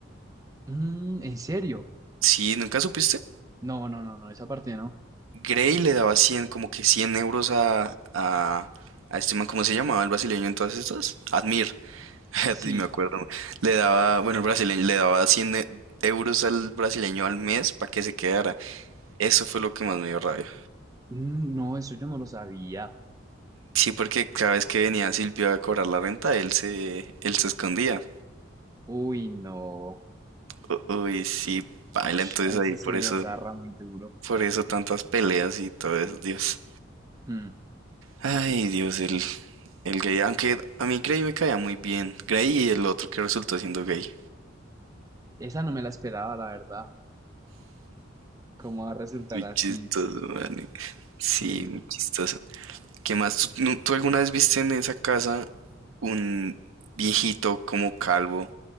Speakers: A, on the right (about 15°); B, on the right (about 85°).
A: Mm, ¿en serio?
B: Sí, ¿nunca supiste?
A: No, no, no, no, esa parte no.
B: Gray le daba 100, como que 100 euros a, a, a este man, ¿cómo se llamaba el brasileño en todas estas? Admir. <laughs>
A: Sí,
B: Sí, me acuerdo. Le daba, bueno, el brasileño le daba cien e- euros al brasileño al mes para que se quedara. Eso fue lo que más me dio rabia.
A: Mm, no, eso yo no lo sabía.
B: Sí, porque cada vez que venía Silvio a cobrar la renta, él se, él se escondía.
A: Uy, no.
B: U- Uy, sí, baila
A: Ush,
B: entonces
A: ahí
B: ahí
A: sí
B: por
A: se dio
B: eso,
A: garra muy duro.
B: por eso tantas peleas y todo eso, Dios.
A: Hmm,
B: Ay, Dios, el, el gay. Aunque a mí Gray me caía muy bien. Gray y el otro que resultó siendo gay.
A: Esa no me la esperaba, la verdad. ¿Cómo va a resultar
B: Muy
A: así?
B: chistoso, man. Sí,
A: Sí.
B: muy chistoso. ¿Qué más? ¿Tú, no- tú alguna vez viste en esa casa un viejito como calvo